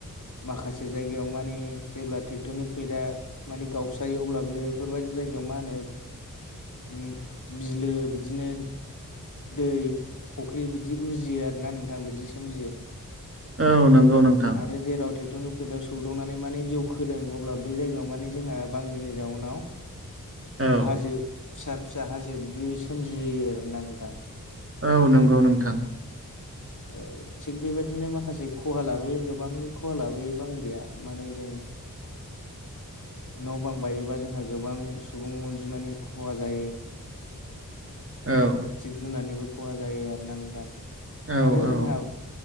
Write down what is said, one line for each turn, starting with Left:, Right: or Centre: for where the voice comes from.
Left: माखासे जायगायाव माने जेब्ला ट्रेक्ट'रनिक फ्लेदा माने गावस्रायो अब्ला बे बेफोरबायदि जायगायाव मा होनो उम बिलो बिदिनो दै फुख्रि बिदि उजियो आरोना नोंथां बिदि सोमजियो
Right: औ नंगौ नोंथां
Left: आरो जेराव ट्रेक्टरनि प्लेटआव सौदावनानै माने जौ खोदों अब्ला बे जायगायाव माने जोंहा बांग्रिनि जाउनाव
Right: औ
Left: हाजो फिसा फिसा हाजो बिदि सोमजियो आरोना नोंथां
Right: औ नंगौ नोंथां
Left: <inaudible> औ थिग बेबायदिनो माखासे खहा लाबोयो गोबां खहा लाबोयो बांग्रिया माने जों न' बां बायोबा जोंहा गोबां सुबुं अनजिमानि खहा जायो
Right: औ
Left: जिब जुनारनिबो खहा जायो आरोना नोंथां
Right: औ
Left: आरो
Right: औ
Left: जोंहा